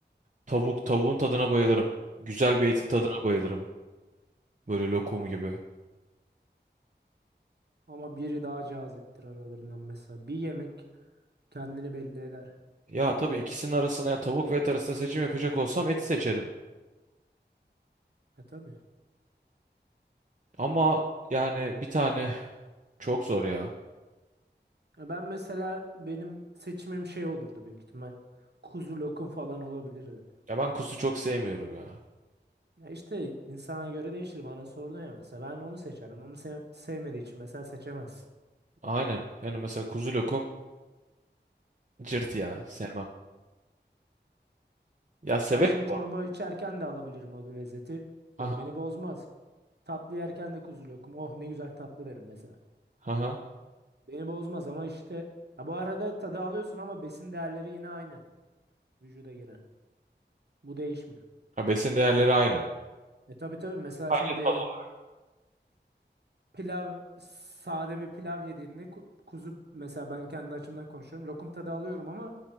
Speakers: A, on the right; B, on the right.
A: tavuk tavuğun tadına bayılırım. Güzel bir etin tadına
B: Evet.
A: bayılırım. Böyle lokum gibi.
B: ama biri daha caziptir aralarından mesela bir yemek kendini belli eder.
A: Ya tabii ikisinin arasına ya tavuk ve et arasında seçim yapacak olsam eti seçerim.
B: Ha tabii.
A: Ama yani bir tane çok zor ya.
B: Ya ben mesela benim seçimim şey olurdu büyük ihtimal kuzu lokum falan olabilirdi.
A: Ya ben kuzu çok sevmiyorum ya.
B: Ya işte insana göre değişir. Bana sordun ya mesela ben onu seçerdim. Onu se- sevmediği için mesela seçemez.
A: Aynen. Yani mesela kuzu lokum cırt ya sevmem. Ya severim
B: Ben şimdi çorba
A: bu arada.
B: içerken de alabilirim o lezzeti.
A: Aha,
B: Yani beni bozmaz. Tatlı yerken de kuzu lokum. Oh ne güzel tatlı derim mesela.
A: aha.
B: Beni bozmaz ama işte ha bu arada tadı alıyorsun ama besin değerleri yine aynı vücuda giren. Bu değişmiyor.
A: Ha, besin değerleri aynı.
B: E tabii tabii mesela
A: Sadece
B: şimdi
A: tadı olarak.
B: pilav sade bir pilav yediğinde ku- kuzu mesela ben kendi açımdan konuşuyorum. Lokum tadı alıyorum ama